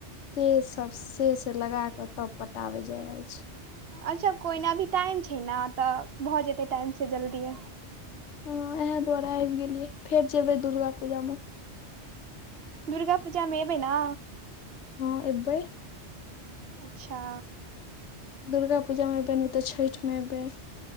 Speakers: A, on the left; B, on the right.
A: से सब से से लगा कऽ तब पटाबे जाय अछि।
B: अच्छा कोइ नऽ अभी टाइम छै ने तऽ भऽ जेतै टाइम सँ जल्दिए।
A: ह इएह दुआरे आबि गेलियै फेर जेबै दुर्गा पूजा में
B: दुर्गा पूजामे एबै ने?
A: हँ एबै।
B: अच्छा!
A: दुर्गा पूजा मे एबै नहि तऽ छठिमे एबै।